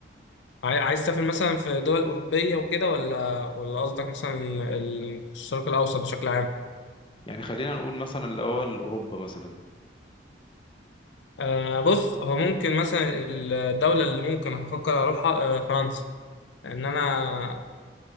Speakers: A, on the left; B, on the left.
A: عاي- عايز تسافر مثلا في دول أوروبية وكده ولا ولا قصدك مثلا ال- ال- الشرق الأوسط بشكل عام
B: يعني خلينا نقول مثلا الاول اوروبا مثلا
A: آه بص هو ممكن مثلا الدولة اللي ممكن أفكر أروحها آه فرنسا لأن أنا